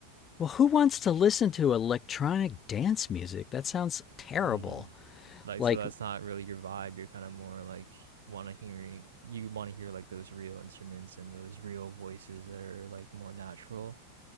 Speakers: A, on the left; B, on the right.
A: Well, who wants to listen to electronic dance music? That sounds terrible.
B: mm. Like
A: Like
B: so that's not really your vibe. You're kind of more like want to hearing you want to hear like those real instruments and those real voices that are like more natural,